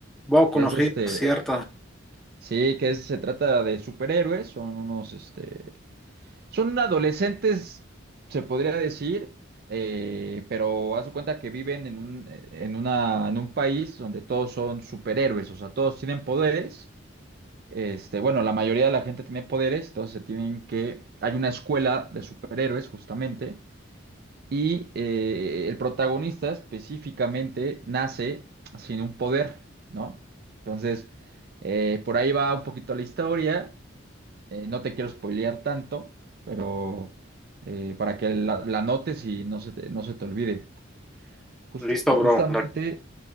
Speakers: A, in the centre; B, on the right.
A: Boku
B: que
A: no
B: es este,
A: Hero, cierto.
B: sí, que es- se trata de superhéroes, son unos, este, Son adolescentes, se podría decir, eh, pero haz de cuenta que viven en un, en una, en un país donde todos son superhéroes, o sea, todos tienen poderes. Este, bueno, la mayoría de la gente tiene poderes, entonces se tienen que. Hay una escuela de superhéroes, justamente, y eh, el protagonista específicamente nace sin un poder, ¿no? Entonces, eh, por ahí va un poquito la historia. Eh, no te quiero spoilear tanto, pero eh, para que la, la notes y no se te, no se te olvide. Just-
A: Listo,
B: y justamente,
A: bro. La-